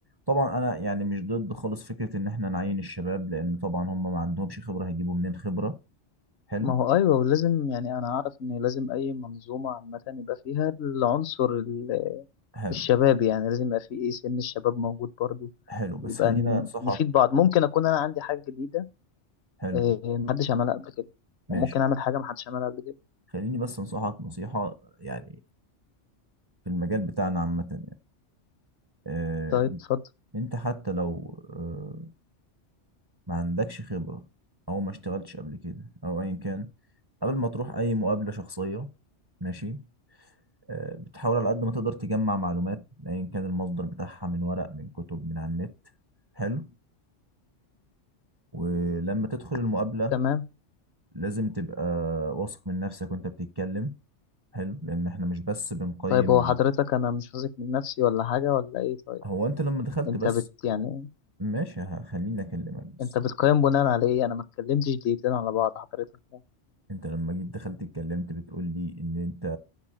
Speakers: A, on the right (about 30°); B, on the left (about 65°).
A: طبعا انا يعني مش ضد خالص فكره ان احنا نعين الشباب لان طبعا هم ما عندهمش خبره هيجيبوا منين خبره حلو
B: ما هو أيوه ولازم يعني أنا أعرف إن لازم أي منظومة عامةً يبقى فيها العنصر ال
A: حلو
B: الشباب، يعني لازم يبقى في إيه، سِن الشباب موجود برضه.
A: حلو، بس
B: يبقى
A: خلّيني
B: ن
A: أنصحك
B: نفيد بعض. ممكن أكون أنا عندي حاجة جديدة
A: حلو،
B: آآ ما حدّش عملها قبل كده،
A: ماشي،
B: وممكن أعمل حاجة ما حدّش عملها قبل كده.
A: خلّيني بس أنصحك نصيحة يعني في المجال بتاعنا عامةً يعني، آآ
B: طيب اتفضل،
A: أنت حتى لو آآ ما عندكش خبرة أو ما اشتغلتش قبل كده أو أيًا كان، قبل ما تروح أي مقابلة شخصية ماشي، آآ بتحاول على قد ما تقدر تجمّع معلومات أيًا كان المصدر بتاعها من ورق، من كتب، من على النت، حلو، ولمّا تدخل المقابلة
B: تمام.
A: لازم تبقى واثق من نفسك وأنت بتتكلم، حلو، لإن إحنا مش بس بنقيّم
B: طيب هو حضرتك أنا مش واثق من نَفْسي والّا حاجة والّا إيه طيب؟
A: هو أنت لمّا دخلت
B: أنت
A: بس
B: بت يعني
A: ماشي ه خلّيني أكلّمك بس،
B: أنت بتقيّم بناءً على إيه؟ أنا ما اتكلّمتش دقيقتين على بعض حضرتك يعني.
A: أنت لمّا جيت دخلت اتكلّمت بتقول لي إن أنت